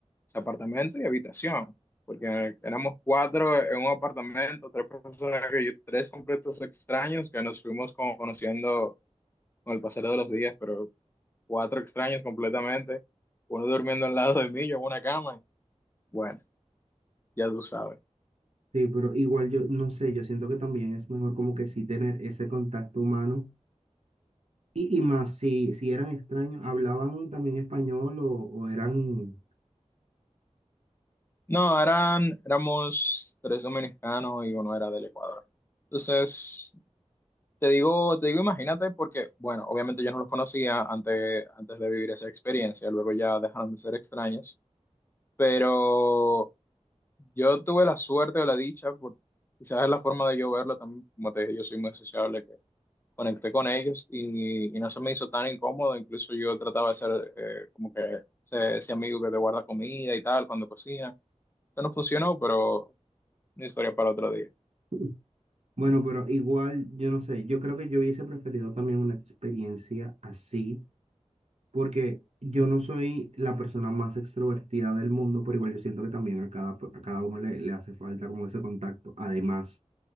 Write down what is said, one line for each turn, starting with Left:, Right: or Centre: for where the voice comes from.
Left: es apartamento y habitación, porque éramos cuatro en un apartamento, tres personas, que yo- tres completos extraños que nos fuimos como conociendo con el pasar de los días, pero cuatro extraños completamente, uno durmiendo al lado de mí, yo en una cama, bueno, ya tú sabes.
Right: Sí, pero igual yo no sé, yo siento que también es mejor como que sí tener ese contacto humano y, y más si, si eran extraños, hablaban también español o, o eran...
Left: No, eran, éramos tres dominicanos y uno era del Ecuador. Entonces, Te digo, te digo, imagínate, porque, bueno, obviamente yo no los conocía antes, antes de vivir esa experiencia, luego ya dejaron de ser extraños, pero yo tuve la suerte o la dicha, por, quizás es la forma de yo verlo también, como te dije, yo soy muy sociable, que conecté con ellos y, y no se me hizo tan incómodo, incluso yo trataba de ser eh, como que ese, ese amigo que te guarda comida y tal cuando cocina, eso no funcionó, pero una historia para otro día.
Right: <laughs> Bueno, pero igual, yo no sé, yo creo que yo hubiese preferido también una experiencia así, porque yo no soy la persona más extrovertida del mundo, pero igual yo siento que también a cada, pe- a cada uno le, le hace falta como ese contacto. Además,